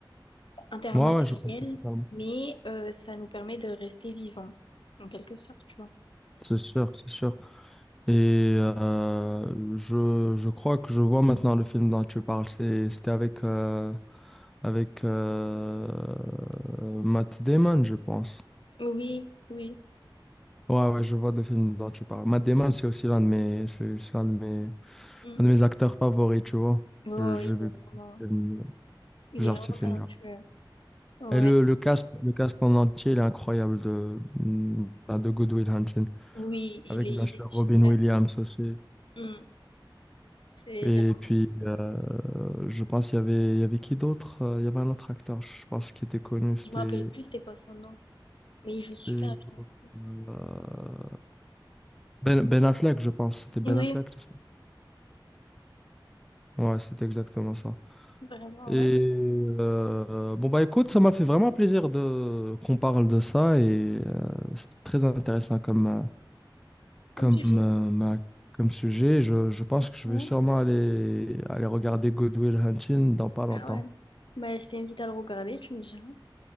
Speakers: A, on the left; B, in the centre.
A: En termes
B: ouais,
A: matériels,
B: ouais, je comprends totalement.
A: mais euh, ça nous permet de rester vivants, en quelque sorte, tu vois.
B: C'est sûr, c'est sûr. Et euh, je, je crois que je vois maintenant le film dont tu parles. C'est- C'était avec, euh, avec euh, Matt Damon, je pense.
A: Oui, oui.
B: Ouais, ouais, je vois le film dont tu parles. Matt Damon, c'est aussi l'un de mes, c'est c'est l'un de mes,
A: Mm.
B: un de mes acteurs favoris, tu vois.
A: Oh,
B: Je, j'ai
A: il
B: vu
A: est vraiment,
B: plusieurs
A: il est vraiment
B: de ses films,
A: talentueux.
B: genre.
A: Ouais.
B: Et le, le cast, le cast en entier, il est incroyable de, de Good Will Hunting.
A: Oui, il
B: Avec
A: est,
B: bien
A: il
B: sûr
A: est super.
B: Robin Williams aussi.
A: Hmm. C'est,
B: Et
A: j'ai-
B: puis, euh, je pense qu'il y avait, il y avait qui d'autre? Euh, Il y avait un autre acteur, je pense, qui était connu. C'était
A: je me rappelle plus c'était quoi son nom, mais il joue super
B: c'était
A: bien
B: l'autre,
A: aussi.
B: euh, ben, Ben Affleck, je pense. C'était Ben
A: Oui,
B: Affleck, c'est ça? Ouais, c'est exactement ça.
A: vraiment,
B: Et
A: ouais.
B: euh, bon, bah écoute, ça m'a fait vraiment plaisir de qu'on parle de ça. Et euh, c'était très intéressant comme, euh, comme,
A: Comme sujet.
B: euh, ma- comme sujet. Je, je pense que je
A: Oui.
B: vais sûrement aller, aller regarder Good Will Hunting dans pas longtemps.
A: Ah ouais. Bah, je t'invite à le regarder, tu me diras.